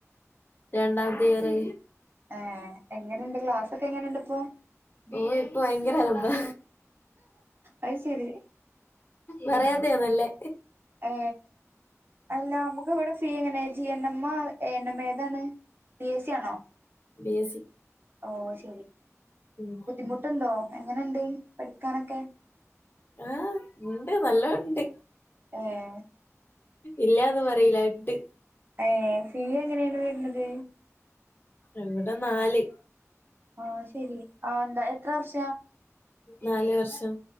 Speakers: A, on the left (about 40°); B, on the right (about 45°).
A: രണ്ടാമത്തെ ഇയറ്,
B: ഏ എങ്ങനെണ്ട് ക്ലാസക്കെ എങ്ങനെണ്ട് ഇപ്പോ,
A: ഓ ഇപ്പ ഭയങ്കര അലമ്പാ,
B: അയ് ശരി,
A: പറയാത്തെ നല്ലേ,
B: ഏ അല്ല അമ്മക്ക് ഇവടെ ഫീ എങ്ങനെ ജി മ്മ എനം ഏതാണ് ബി എസ് സി ആണോ
A: ബി എസ് സി
B: ഓ ശരി,
A: ഉം
B: ബുദ്ധിമുട്ട്ണ്ടോ എങ്ങനെണ്ട് പഠിക്കാനൊക്കെ,
A: ആ ഇണ്ട് നല്ലോണ്ട്,
B: ഏഹ്
A: ഇല്ലാന്ന് പറീല ഇട്ട്
B: ഏ ഫീ എങ്ങനെണ് വര്ന്നത്
A: ഇവ്ടെ നാല്,
B: ആ ശരി ആ എന്താ എത്ര വർഷ
A: നാല് വർഷം